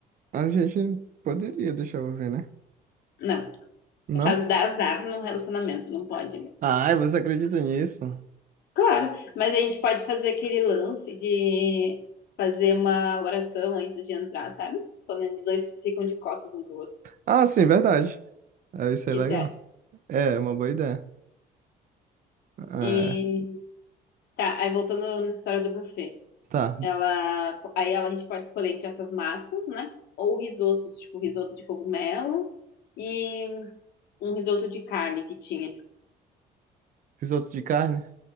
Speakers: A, on the right; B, on the left.
A: a gente poderia deixar eu ver, né?
B: Não.
A: Não?
B: É Faz dar azar no relacionamento, não pode. né?
A: Ai, você acredita nisso?
B: Claro, mas a gente pode fazer aquele lance de fazer uma oração antes de entrar, sabe? Quando os dois ficam de costas um pro outro.
A: Ah, sim, verdade. É, isso
B: O
A: é
B: que
A: legal.
B: você acha?
A: É, é uma boa ideia. É,
B: E tá, aí voltando na história do buffet.
A: tá.
B: Ela, aí ela, a gente pode escolher entre essas massas, né? Ou risotos, tipo risoto de cogumelo e um risoto de carne que tinha.
A: Risoto de carne?